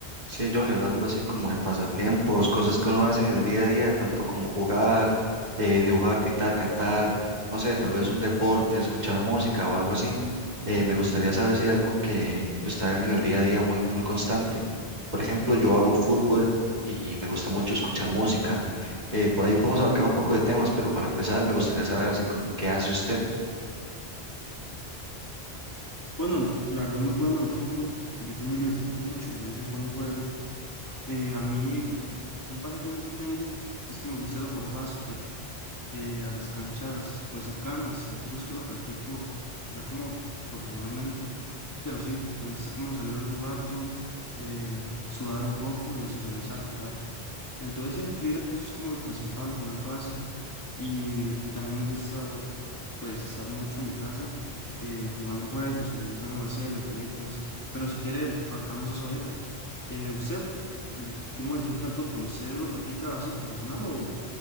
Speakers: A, on the right (about 45°); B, on the left (about 20°).
A: Sí, John, hablando así como de pasatiempos, cosas que uno hace en el día a día, tanto como jugar, eh, dibujar, pintar, cantar, no sé, tal vez un deporte, escuchar música o algo así. Eh, me gustaría saber si hay algo que, que usted haga en el día a día muy, muy constante. Por ejemplo, yo hago fútbol y me gusta mucho escuchar música. Eh, por ahí podemos abarcar un poco de temas, pero para empezar me gustaría saber así como qué hace usted.
B: Bueno, la verdad muy bueno el fútbol. Yo también lo disfruto mucho y de vez en cuando juego. Eh, a mí, un pasatiempo que tengo es que me gusta ir a jugar básquet eh, a las canchas pues cercanas. Tampoco es que lo practico ya como profesionalmente, pero sí, me gusta como salir un rato, eh, sudar un poco y socializar, ¿verdad? Entonces, sí, yo diría que eso es como lo principal, jugar básquet. Y también me gusta, pues, pues, estar mucho en mi casa eh, jugando juegos o viendo alguna serie o películas. Pero si quiere, abarcamos eso ahorita. Eh, ¿usted le- cómo disfruta el fútbol? ¿Usted lo practica así profesional o,